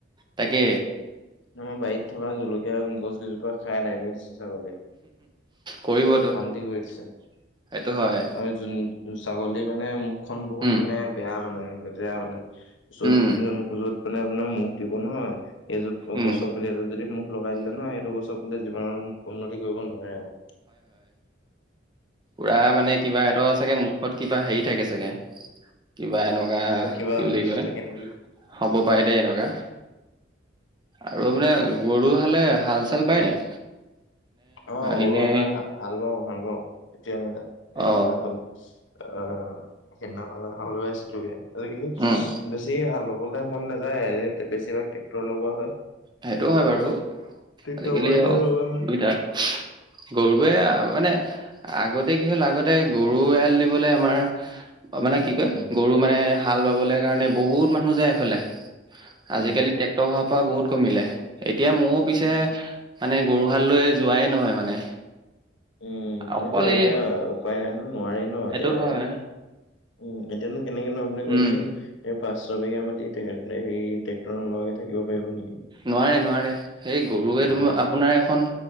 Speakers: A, on the right; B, on the left.
A: তাকে
B: আমাৰ বাৰীত থকা জলকীয়া গছকেইজোপা খাই আদায় কৰি দিছে ছাগলীয়ে।
A: কৰিবতো,
B: অশান্তি কৰি দিছে
A: সেইটো হয়।
B: আৰু যোন ছাগলী মানে, মুখখন বহুত
A: উম
B: মানে বেয়া মানে, লেতেৰা মানে। য'ত,
A: উম
B: য'ত মানে আপোনাৰ মুখ দিব নহয়, সেই য'ত
A: উম
B: গছ পুলি যদি মুখ লগাই দিলে নহয়, এইটো গছৰ জীৱনত উন্নতি কৰিব নোৱাৰে আৰু।
A: প্ৰায় মানে কিবা সিহঁতৰ চাগে মুখত কিবা হেৰি থাকে চাগে। কিবা
B: এ,
A: এনেকুৱা
B: মুখত কিবা
A: কি বুলি
B: বিষ
A: কয়
B: থাকে নেকি?
A: হব পাৰি দেই এনেকুৱা। আৰু মানে গৰু হালে, হাল চাল বাই নে?
B: অ, গৰু
A: এনে
B: আমাৰ হাল বাওঁ, হাল বাওঁ, এতিয়া সেই
A: অ
B: দিনাখন আহ, সেইদিনা হাল বাইছিলোগে। আজিকালি বেছি
A: উম
B: বেছি হাল বাবলে মন নাযায়। বেছিভাগ ট্ৰেক্টৰ লগোৱা হয়।
A: সেইটো হয় বাৰু,
B: ট্ৰেক্টৰ
A: আজিকালি
B: লগোৱা
A: আৰু
B: হয়।
A: দুইটাৰ গৰুৱে আ, মানে আগতে কি হ'ল, আগতে গৰু এৰাল দিবলৈ আমাৰ মানে কি কয়,
B: উম,
A: গৰু মানে হাল বাবলৈ কাৰণে বহুত মানুহ যায় এইফালে।
B: উম,
A: আজিকালি ট্ৰেক্টৰ হোৱাৰ পৰা বহুত কমিলে। এতিয়া মোৰো পিছে
B: উম।
A: মানে গৰুহাল লৈ যোৱাই নহয় মানে।
B: উমঁ'
A: অকল
B: সেইটোয়ে, এতিয়া
A: এই
B: উপায় নাই নহ‌য়, নোৱাৰে ন'
A: সেইটো
B: এতিয়া।
A: হয়
B: উমঁ' এতিয়ানো কেনেকেনো আপুনি কওঁকচোন-
A: উম
B: এই পাঁচ ছয় বিঘা মাটি সেই ট্ৰেক্টৰ নলগাকৈ থাকিব পাৰিব নেকি।
A: নোৱাৰে নোৱাৰে, সেই গৰুৱে
B: নোৱাৰি
A: তোমাৰ আপোনাৰ এখন